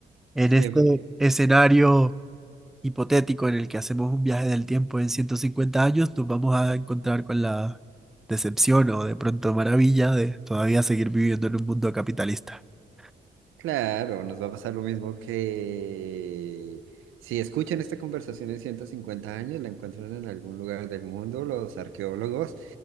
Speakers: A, in the centre; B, on the right.
A: en
B: siempre.
A: este escenario hipotético en el que hacemos un viaje del tiempo en 150 años, nos vamos a encontrar con la decepción o de pronto maravilla de todavía seguir viviendo en un mundo capitalista. <coughs>
B: Claro, nos va a pasar lo mismo que si escuchan esta conversación en 150 años, la encuentran en algún lugar del mundo, los arqueólogos